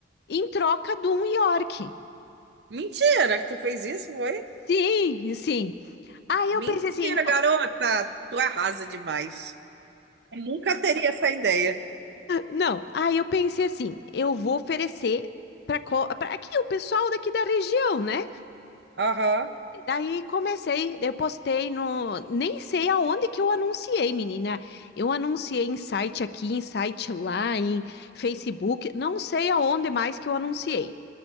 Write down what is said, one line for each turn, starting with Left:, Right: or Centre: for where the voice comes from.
Left: em troca de um York.
Right: Mentira que tu fez isso, foi?
Left: Sim, sim. Aí
Right: Mentira,
Left: eu pensei assim,
Right: garota. Tu arrasa demais. Eu nunca teria essa ideia.
Left: Não, aí eu pensei assim, eu vou oferecer para para aqui o pessoal daqui da região, né?
Right: Aham.
Left: Daí comecei, eu postei no, nem sei aonde que eu anunciei, menina. Eu anunciei em site aqui, em site lá, em Facebook, não sei aonde mais que eu anunciei.